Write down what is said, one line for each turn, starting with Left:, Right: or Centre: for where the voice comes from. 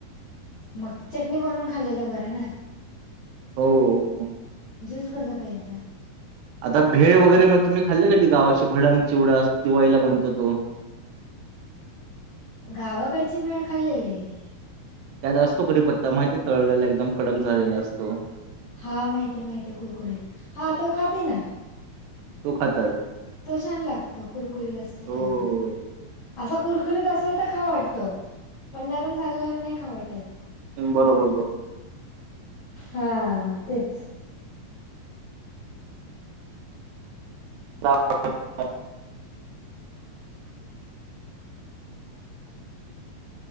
Left: मग चटणी बनवून खाल्लेलं बरं ना
Right: हो
Left: ज्यूस कसा प्यायचा?
Right: आता भेळ वगैरे मग तुम्ही खाल्ली नाही का ती गावाची भडंग चिवढा दिवाळीला बनतो तो
Left: गावाकडची भेळ खाल्लेली आहे.
Right: त्यात असतो कडीपत्ता माहितीय तळलेला एकदम कडक झालेला असतो
Left: हा माहित आहे माहित आहे कुरकुरीत हा तो खाते ना
Right: तो खात <unintelligible>
Left: तो छान लागतो कुरकुरीत असतो
Right: हो.
Left: तवा असा कुरकुरीत असेल तर खावू वाटतो पंण नरम झालेला नाही खावू वाटत
Right: बरोबर बरोर
Left: हा तेच
Right: ह <unintelligible>